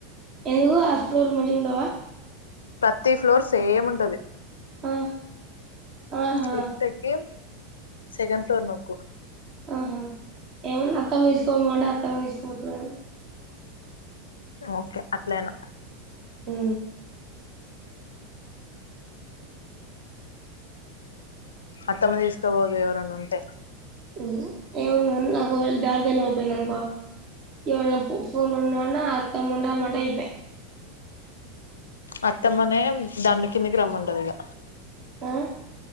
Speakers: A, on the right; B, on the left.
A: ఎందుకు ఆ ఫ్లోర్ మంచిగా ఉండవా
B: ప్రతి ఫ్లోర్ సేమ్ ఉంటది
A: ఆ ఆహా
B: లిఫ్ట్ ఎక్కి సెకండ్ ఫ్లోర్ నోక్కు
A: ఆహా ఏమన్నా అత్తమ్మ తీసుకోమంటే అత్తమ్మ తీసుకుపోతుదని
B: ఓకే అట్లయినా
A: ఏ
B: అత్తమ్మ తీసుకబోదు ఎవరన్న ఉంటే
A: ఉం ఏముందండి నాకు దారి తెలవక పోయింది అనుకో ఇవ పూనన్నన్నా అత్త మూండ మంటా ఇప <unintelligible>
B: అత్తమ్మనే దాన్ని కిందికి రమ్మంటది ఇక
A: హ